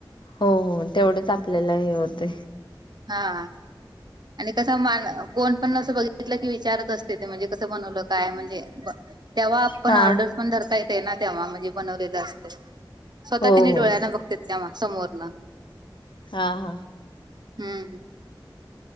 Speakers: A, on the left; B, on the right.
A: हो हो. तेवढेच आपल्याला हे होतय.
B: हा हा. आणि कसं मग कोण पण असं बघितलं की विचारत असते ते म्हणजे कसं बनवलं काय म्हणजे ब तेव्हा आपण
A: हा
B: ऑर्डर्स पण धरता येते ना तेव्हा म्हणजे बनवलेलं असतं. स्वतः
A: हो
B: त्यांनी
A: हो
B: डोळ्यान बघत्यात तेव्हा समोरन.
A: हा हा.
B: हम्म.